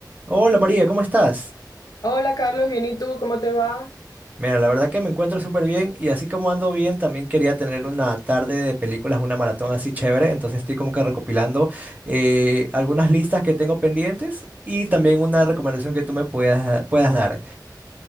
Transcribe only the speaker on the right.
Hola María, ¿cómo estás?
Mira, la verdad que me encuentro súper bien y así como ando bien, también quería tener una tarde de películas, una maratón así chévere, entonces estoy como que recopilando eh, algunas listas que tengo pendientes y también una
recomendación que tú me puedas, puedas dar.